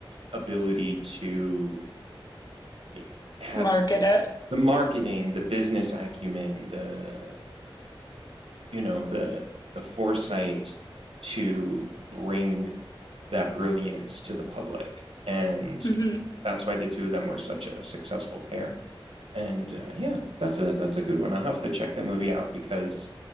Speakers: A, on the right; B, on the left.
A: ability to eh, have
B: Market it.
A: the marketing, the business acumen, the you know the the foresight to bring that brilliance to the public, and
B: Mm-hmm.
A: that's why the two of them were such a successful pair. And uh, yeah, that's a that's a good one. I'll have to check that movie out because